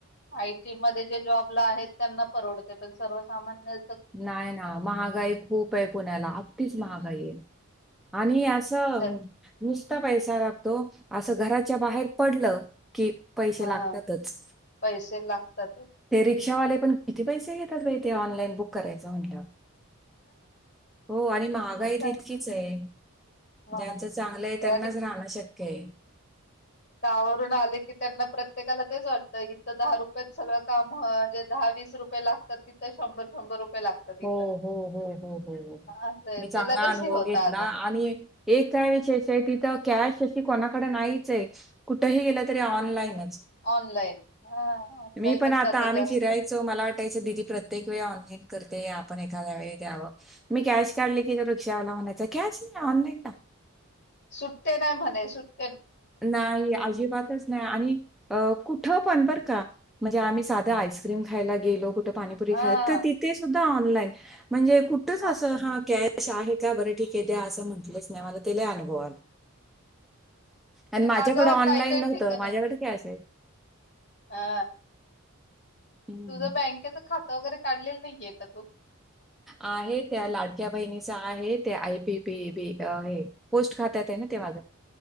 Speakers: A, on the left; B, in the centre.
A: आयटी मध्ये जे जॉबला आहेत त्यांना परवडतय पण सर्वसामान्य
B: नाही ना महागाई खूप आहे पुण्याला अगदीच
A: हम्म.
B: महागाई आहे. आणि छ
A: स-
B: नुसता पैसा लागतो. असं घराच्या बाहेर पडलं. कि पैसे
A: हा
B: लागतातच.
A: पैसे लागतातच.
B: ते रिक्शावाले. पण किती पैसे घेतात बाई ते ऑनलाईन बुक करायचं म्हटल्या वर्. हो आणि महागाई
A: हो काय
B: तितकीच आहे.
A: महागाई
B: ज्यांचं चांगलं
A: किती.
B: आहे, त्यांनाच राहणं शक्य आहे.
A: त्यावरून आले की त्यांना प्रत्येकाला तेच वाटतं. इथं दहा रुपयात सगळं काम हं जे दहा वीस रुपये लागतात तिथं शंभर शंभर रुपये लागतात इकडं
B: हो हो हो हो हो हो
A: असं
B: मी चांगला
A: ते लगेच
B: अनुभव
A: हे होतं
B: घेतला.
A: अगं
B: आणि एक एक काय विशेष आहे तिथं कॅश कोणाकड नाहीच आहे. कुठही गेलं तरी ऑनलाईनच.
A: ऑनलाईन हा ऑनलाईनच
B: मी पण आता आम्ही
A: जास्त
B: फिरायचो मला वाटायचं दिदी प्रत्येक वेळ ऑनलाईन. तर ते आपण एखादया् वेळी द्यावं. मी कॅश काढली की तो रिक्षावाल म्हणायचा कॅश नाही ऑनलाईन दया.
A: सुट्ट नाही म्हणे सुट्ट
B: नाही अजिबातच नाही आणि कुठ पण बरं का जे आम्ही साध आईस्क्रीम खायला गेलो. पाणीपुरी
A: हा
B: खायला. तर तिथे सुद्या फक्त ऑनलाईन. म्हणजे कुठच
A: ऑनलाईन
B: असं हा कॅश कश आहे का बरं ठीक आहे द्या असं म्हंटलंच नाही मला ते लय अनुभव आला. आणि माझ्याकडे
A: अगं
B: ऑनलाईन
A: काय काही
B: नव्हतं,
A: ठिकाणी
B: माझ्याकडे कॅश आहे.
A: हा
B: हं.
A: तुझ बँकेच. खातं वगैरे काढलेलं नाहीये का तू.
B: आहे त्या लाडक्या बहिणीचा आहे. त्या आयपी पी बी हे पोस्ट खात्यात आहे ना ते माझं.